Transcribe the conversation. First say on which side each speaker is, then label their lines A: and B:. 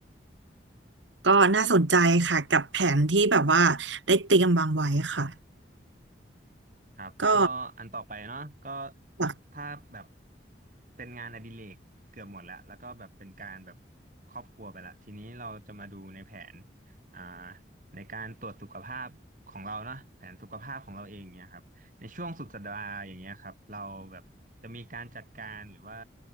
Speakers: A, on the right; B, on the right.
A: ก็น่าสนใจค่ะกับแผนที่แบบว่าได้เตรียมวางไว้ค่ะ
B: ครับก็อันต่อไปเนาะก็
A: ก็แบบ
B: ถ้าแบบเป็นงานอดิเรกเกือบหมดแล้วแล้วก็แบบเป็นการแบบครอบครัวไปละทีนี้เราจะมาดูในแผนอ่าในการตรวจสุขภาพของเราเนาะแผนสุขภาพของเราเองเนี่ยครับในช่วงสุดสัปดาห์อย่างเงี้ยครับเราแบบจะมีการจัดการหรือว่า